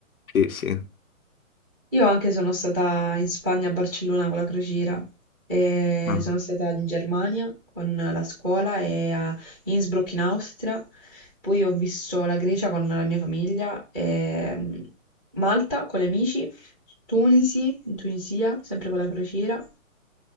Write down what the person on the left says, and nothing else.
Sì, sì.
Ah,